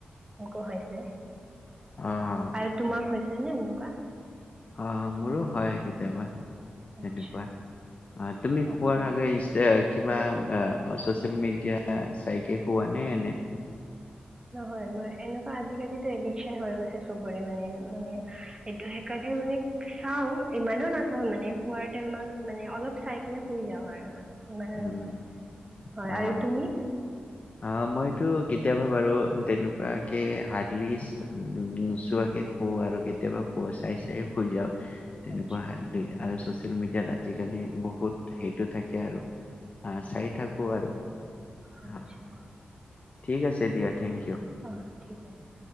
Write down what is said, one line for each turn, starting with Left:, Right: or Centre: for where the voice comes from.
Right: এনেকুৱা হৈছে।
Left: অ',
Right: আৰু তোমাৰ হৈছে হৈছেনে এনেকুৱা
Left: অ', মোৰো হয় কেতিয়াবা
Right: আচ্ছা
Left: তেনেকুৱা আহ তুমি
Right: আচ্ছা
Left: খোৱাৰ আগে ই কিবা চচিয়েল মিডিয়া চাইকে খোৱানে এনে
Right: নহয় মোৰ এনেকুৱা আজিকালিতো এডিকচন হৈ গৈছে সবৰে মানে মানে এইটো সেইকাৰণে মানে চাওঁ ইমানো নাচাওঁ মানে শোৱাৰ টাইমত মানে অলপ চাই কিনে শুই যাওঁ আৰু ইমাননো
Left: উম,
Right: নহয় হয়
Left: অ'।
Right: আৰু তুমি
Left: অ', মইতো কেতিয়াবা বাৰু তেনেকুৱাকে হাৰ্ডলি নোচোৱাকে শু আৰু কেতিয়াবা শু চাই চাই শুই যাওঁ। তেনেকুৱা
Right: আচ্ছা
Left: হাৰ্ডলি আৰু চচিয়েল মিডিয়াত আজিকালি বহুত হেডটো থাকে আৰু আহ চাই থাকো আৰু
Right: আতছা।
Left: হা, ঠিক আছে দিয়া থেংক ইউ।
Right: অ ঠিক আছে।